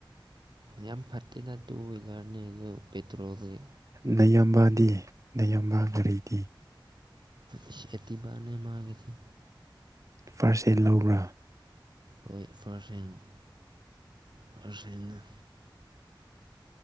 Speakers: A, on the right; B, on the right.
A: ꯌꯥꯝ ꯐꯠꯇꯦꯅ ꯇꯨ ꯍ꯭ꯋꯤꯂꯔꯅꯤ ꯑꯗꯨ ꯄꯦꯇ꯭ꯔꯣꯜꯒꯤ
B: ꯅꯌꯥꯝꯕꯗꯤ ꯅꯌꯥꯝꯕ ꯒꯥꯔꯤꯗꯤ
A: ꯑꯦꯦꯇꯕꯕꯥꯅꯦ ꯃꯉꯒꯦꯁ
B: ꯄꯥꯔꯁ ꯑꯦꯠ ꯂꯧꯕ꯭ꯔꯥ
A: ꯍꯣꯏ ꯄꯥꯔꯁꯦꯟꯅ ꯄꯥꯔꯁꯦꯟꯅ